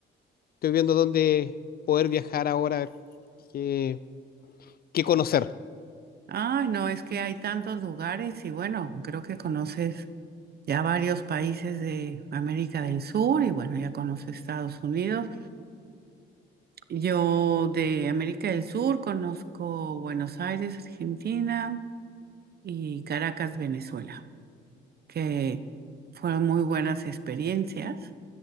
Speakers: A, on the left (about 50°); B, on the right (about 50°).
A: estoy viendo dónde poder viajar ahora, a ver qué, qué conocer.
B: Ay, no, es que hay tantos lugares y bueno, creo que conoces ya varios países de América del Sur y bueno, ya conoces Estados Unidos. Yo de América del Sur conozco Buenos Aires, Argentina y Caracas, Venezuela, que fueron muy buenas experiencias.